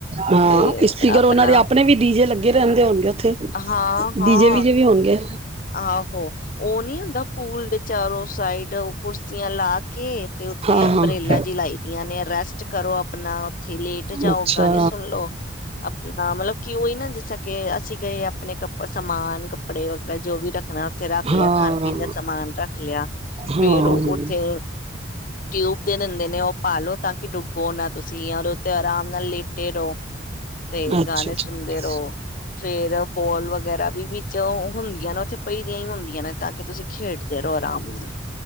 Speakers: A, on the right; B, on the left.
A: ਹਾਂ
B: ਤੇ
A: ਇਸਪੀਕਰ
B: ਆਪਣਾ
A: ਉਹਨਾਂ ਦੇ ਆਪਨੇ ਵੀ ਡੀਜੇ ਲੱਗੇ ਰਹਿੰਦੇ ਹੋਨਗੇ ਉੱਥੇ
B: ਹਾਂ ਹਾਂ
A: ਡੀਜੇ ਵੀਜੇ ਵੀ ਹੋਨਗੇ
B: ਆਹੋ ਉਹ ਨਹੀਂ ਹੁੰਦਾ ਪੂਲ ਦੇ ਚਾਰੋਂ ਸਾਈਡਰ ਸੀ <inaudible> ਤੇ ਲਾ ਕੇ ਤੇ ਉੱਤੇ
A: ਹਾਂ
B: ਅੰਬਰੇਲਾ
A: ਹਾਂ
B: ਜਿ ਲਾਈ ਦੀਆਂ ਨੇ ਰੈਸਟ ਕਰੋ ਅਪਨਾ ਉੱਥੇ ਲੇਟ ਜਾਓ
A: ਅੱਛਾ
B: ਗਾਨੇ ਸੁਣ ਲਓ ਅਪਨਾ ਮਤਲਬ ਕਿ ਉਹੀ ਨਾ ਜਿਸ ਤਰਾਂ ਕਿ ਅਸੀਂ ਗਏ ਅਪਨੇ ਕੱ ਉਹ ਸਮਾਨ ਕੱਪੜੇ ਵਗੈਰਾ <inaudible> ਜੋ ਵੀ ਰੱਖਣਾ ਉੱਥੇ ਰੱਖ ਲਿਆ
A: ਹਾਂ
B: ਖਾਨ ਪੀਨ ਦਾ ਸਮਾਨ ਰੱਖ ਲਿਆ
A: ਹਾਂ
B: ਫੇਰ ਉੱਥੇ ਟਿਊਬ ਦੇ ਦਿੰਦੇ ਨੇ ਉਹ ਪਾਲੋ ਤਾਂ ਕਿ ਡੁੱਬੋ ਨਾ ਤੁਸੀ ਯਾ ਜਾਂ ਉਹਦੇ ਤੇ ਅਰਾਮ ਨਾਲ ਲੇਟੇ ਰਹੋ ਤੇ
A: ਅੱਛਾ
B: ਗਾਨੇ
A: ਅੱਛਾ
B: ਸੁਣਦੇ ਰਹੋ ਫੇਰ ਬੋਲ ਵਗੈਰਾ ਵੀ ਵਿੱਚ ਹੁੰਦੀ ਕੀ ਨਾ ਉੱਥੇ ਪਈ ਦੀਆਂ ਹੀ ਹੁੰਦੀਆਂ ਨੇ ਤਾਂ ਕਿ ਤੁਸੀਂ ਖੇਡਦੇ ਰਹੋ ਆਰਾਮ ਨ